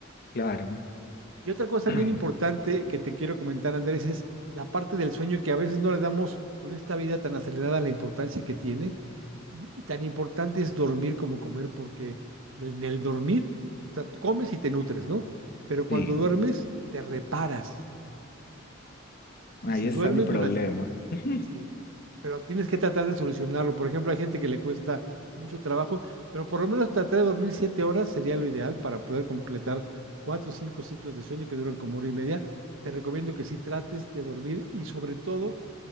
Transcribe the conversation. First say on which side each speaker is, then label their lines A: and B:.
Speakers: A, on the left; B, on the right.
A: claro.
B: Y otra cosa
A: <clears throat>
B: bien importante que te quiero comentar, Andrés, es la parte del sueño que a veces no le damos con esta vida tan acelerada la importancia que tiene. Y, y tan importante es dormir como comer, porque en el dormir, o sea, comes y te nutres, ¿no? Pero
A: Sí,
B: cuando duermes, te reparas. Y
A: ahí
B: si
A: está
B: duermes
A: mi problema.
B: durante
A: <laughs>
B: Sí, pero tienes que tratar de solucionarlo. Por ejemplo, hay gente que le cuesta mucho trabajo, pero por lo menos tratar de dormir siete horas sería lo ideal para poder completar cuatro o cinco ciclos de sueño que duran como hora y media. Te recomiendo que sí trates de dormir y sobre todo